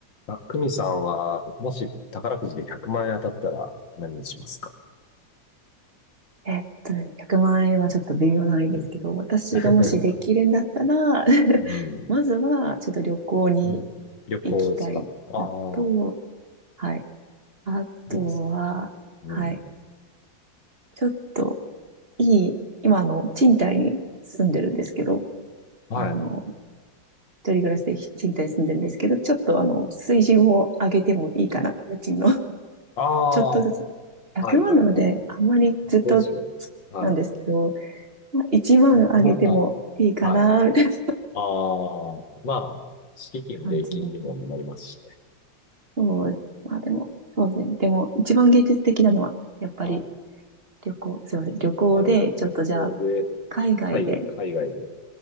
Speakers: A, on the left; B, on the right.
A: あ、久美さんは、もし宝くじで100万円当たったら何にしますか
B: えっとね、100万円はちょっと微妙なんですけど、
A: うん。
B: 私がもしできるんだったら、
A: <laughs> うん。
B: <laughs> まずはちょっと旅行に
A: うん。旅行ですかああ、
B: 行きたいのと、はい。あとは、
A: いいですね。うん。
B: はい。ちょっといい、今あの賃貸に住んでるんですけど、
A: はい。
B: あの、一人暮らしで賃貸に住んでるんですけど、ちょっとあの、
A: うん。
B: 水準を上げてもいいかなと、家賃の。<laughs>
A: ああ、
B: ちょっとずつ。
A: は
B: 100万なので、
A: いはいはい。
B: あんまりずっと
A: どうしよう。はい。
B: なんですけど、まあ、1万上げてもいいかな、
A: まあ、はい。
B: みたいな
A: ああ、まあ、敷金、
B: 感じです。
A: 礼金にもなりますしね。
B: そうです。まあでも、そうですね。でも、一番芸術的なのは、やっぱり
A: はい。
B: 旅行、すいません。旅行で、
A: なるほど。
B: ちょっとじゃあ、
A: 旅行で、
B: 海外で、
A: 海、海外で。